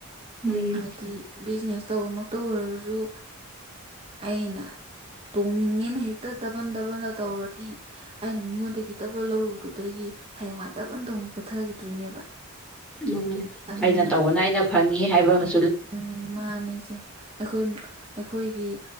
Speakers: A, in the centre; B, on the right.
A: ꯎꯝ
B: ꯍꯥꯏꯗꯤ ꯕꯤꯖꯤꯅꯦꯁ ꯇꯧꯕꯃꯛꯇ ꯑꯣꯏꯔꯁꯨ ꯑꯩꯅ ꯇꯧꯅꯤꯡꯉꯦꯅ ꯍꯦꯛꯇ ꯗꯕꯟ ꯗꯕꯟꯗ ꯇꯧꯔꯗꯤ ꯑꯩꯅ ꯃꯤꯉꯣꯟꯗꯒꯤ ꯗꯕꯜ ꯂꯧꯔꯨꯕꯗꯨꯗꯒꯤ ꯍꯌꯦꯡꯋꯥꯏ ꯗꯕꯜꯗ ꯑꯃꯨꯛ ꯄꯨꯊꯈꯤꯗꯣꯏꯅꯦꯕ
A: ꯎꯝ
B: ꯑꯗꯨꯅ
A: ꯑꯩꯅ ꯇꯧꯕꯅ ꯑꯩꯅ ꯐꯪꯉꯤ ꯍꯥꯏꯕ ꯑꯃ
B: ꯎꯝ ꯃꯥꯅꯦ ꯏꯆꯦ ꯑꯈꯣꯏ ꯑꯈꯣꯏꯒꯤ